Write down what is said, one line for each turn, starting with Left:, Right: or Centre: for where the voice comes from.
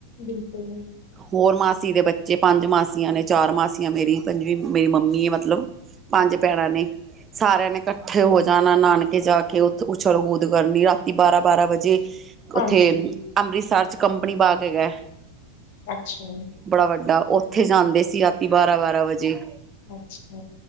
Left: ਬਿਲਕੁਲ।
Right: ਹੋਰ ਮਾਸੀ ਦੇ ਬੱਚੇ, ਪੰਜ ਮਾਸੀਆਂ ਨੇ, ਚਾਰ ਮਾਸੀਆਂ ਮੇਰੀ। ਪੰਜਵੀਂ ਮੇਰੀ ਮੰਮੀ ਐ ਮਤਲਬ। ਪੰਜ ਭੈਣਾਂ ਨੇ। ਸਾਰਿਆਂ ਨੇ ਇਕੱਠੇ ਹੋ ਜਾਣਾ ਨਾਨਕੇ ਜਾ ਕੇ ਉੱਥ-ਊਛਲ ਕੂਦ ਕਰਨੀ ਰਾਤੀ ਬਾਰਾਂ-ਬਾਰਾਂ ਵਜੇ
Left: ਹਾਂਜੀ
Right: ਉੱਥੇ ਅਮ ਅੰਮ੍ਰਿਤਸਰ ਚ ਕੰਪਨੀ ਬਾਗ ਹੈਗਾ।
Left: ਅੱਛਾ।
Right: ਬੜਾ ਵੱਡਾ ਉੱਥੇ ਜਾਂਦੇ ਸੀ, ਰਾਤੀ ਬਾਰਾਂ-ਬਾਰਾਂ ਵਜੇ।
Left: ਅੱਛਾ